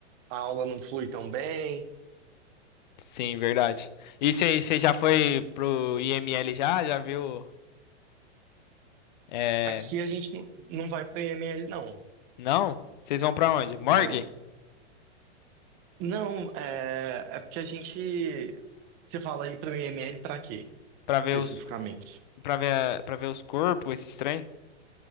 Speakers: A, on the right; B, on the left.
A: a aula não flui tão bem.
B: Sim, verdade. E você já foi pro IML já? Já viu? É,
A: Aqui a gente não não vai para o IML, não.
B: não? Vocês vão pra onde? Morgue?
A: Não. Não, é, é porque a gente. Você fala aí para o IML para quê,
B: Pra ver
A: especificamente?
B: os para ver para ver os corpos, esses trem?